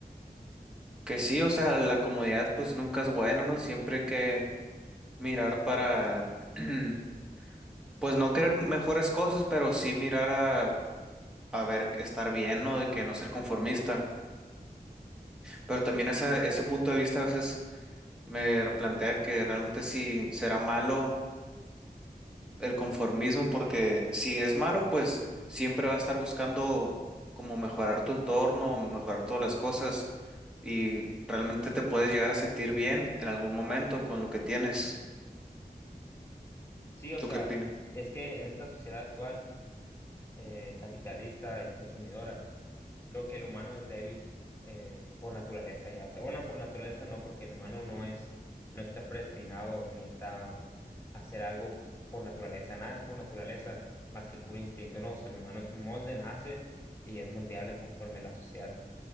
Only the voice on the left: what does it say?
Sí, o
sea,
es que en esta sociedad actual eh, capitalista y consumidora, Creo que el humano es débil eh, por naturaleza ya. O sea, bueno, por naturaleza no, porque el humano no es, no está predestinado ni está a hacer algo por naturaleza. Nada es por naturaleza más que el puro instinto, no. O sea, el humano es un molde, nace y es moldeable conforme la sociedad